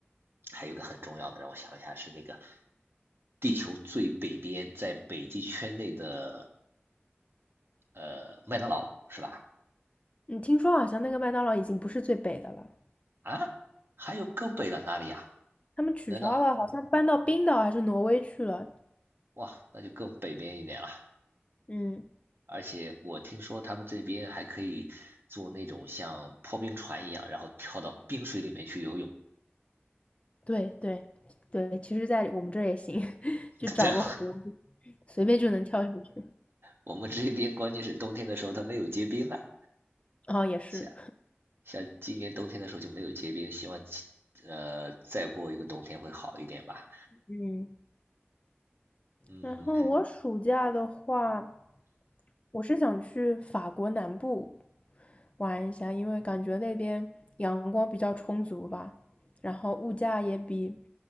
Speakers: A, on the right; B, on the left.
A: 还有一个很重要的，让我想一下，是那个地球最北边，在北极圈内的呃麦当劳是吧？
B: 你听说好像那个麦当劳已经不是最北的了，
A: 啊，还有更北的哪里呀、
B: 他们取消了，
A: 难道
B: 好像搬到冰岛还是挪威去了。
A: 哇，那就更北边一点了。
B: 嗯，
A: 而且我听说他们这边还可以做那种像破冰船一样，然后跳到冰水里面去游泳。
B: 对对对，其实，在我们这儿也行，<laughs> 就找个湖，
A: <laughs> 在
B: 随便就能跳进去。
A: 我们这边，关键是冬天的时候它没有结冰啊，
B: 哦，也是。
A: 像像今年冬天的时候就没有结冰，希望呃再过一个冬天会好一点吧。
B: 嗯，
A: 嗯，
B: 然后我暑假的话，我是想去法国南部玩一下，因为感觉那边阳光比较充足吧，然后物价也比